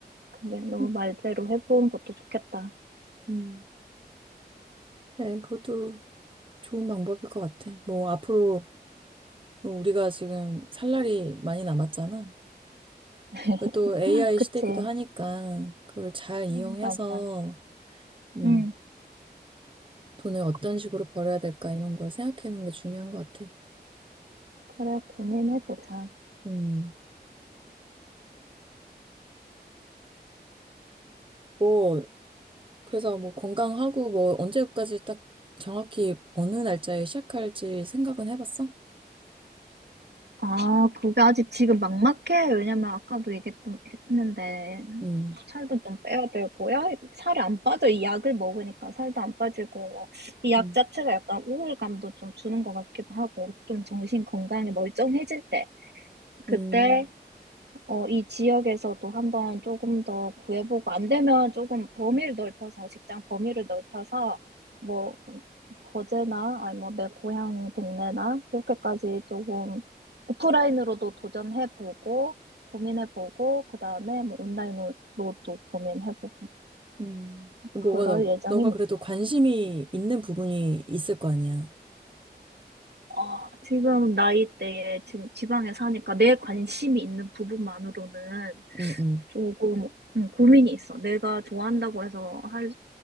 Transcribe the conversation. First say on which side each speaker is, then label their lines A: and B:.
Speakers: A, on the right; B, on the right.
A: 그래 너
B: 음.
A: 말대로 해보는 것도 좋겠다.
B: 음. 네, 그것도 좋은 방법일 것 같아. 뭐, 앞으로 우리가 지금 살 날이 많이 남았잖아.
A: <laughs>
B: 그또 AI
A: 그치?
B: 시대이기도 하니까, 그걸 잘 이용해서,
A: 어, 맞아.
B: 음,
A: 응.
B: 돈을 어떤 식으로 벌어야 될까, 이런 걸 생각하는 게 중요한 것 같아.
A: 그래 고민해보자.
B: 음, 뭐, 그래서 뭐, 건강하고 뭐, 언제까지 딱 정확히 어느 날짜에 시작할지 생각은 해봤어?
A: 아, 그게 아직 지금 막막해. 왜냐면 아까도 얘기했는데
B: 음,
A: 살도 좀 빼야 되고요. 살이 안 빠져. 이 약을 먹으니까 살도 안 빠지고, 이 약
B: 음,
A: 자체가 약간 우울감도 좀 주는 것 같기도 하고, 좀 정신 건강이 멀쩡해질 때, 그때,
B: 음.
A: 어, 이 지역에서도 한번 조금 더 구해보고, 안 되면 조금 범위를 넓혀서, 직장 범위를 넓혀서, 뭐, 거제나, 아니 뭐, 내 고향 동네나, 이렇게까지 조금 오프라인으로도 도전해보고, 고민해보고, 그 다음에 뭐 온라인으로도 고민해보고,
B: 음. 뭐가
A: 그럴
B: 너,
A: 예정입니다.
B: 너가 그래도 관심이 있는 부분이 있을 거 아니야.
A: 아, 지금 나이대에 지금 지방에 사니까 내 관심이 있는 부분만으로는
B: 음, 음,
A: 조금 음, 고민이 있어. 내가 좋아한다고 해서 할,